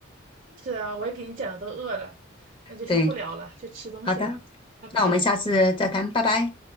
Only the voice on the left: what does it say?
对，
好的，
那我们下次再谈，拜拜。